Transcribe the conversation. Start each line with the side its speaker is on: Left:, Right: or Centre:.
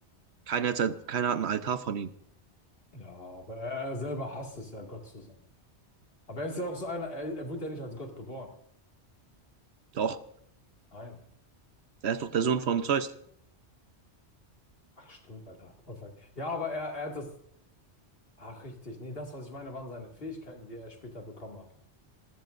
Right: Keiner, hat, keiner hat einen Altar von ihm.
Left: Ja, aber er er selber hasst es ja, Gott zu sein. Aber er ist ja auch so einer, er, er wurde ja nicht als Gott geboren.
Right: Doch,
Left: Nein.
Right: er ist doch der Sohn von Zeus.
Left: Ach, stimmt, Alter. Perfekt. Ja, aber er, er hat das. Ach, richtig. Nee, das, was ich meine, waren seine Fähigkeiten, die er später bekommen hat.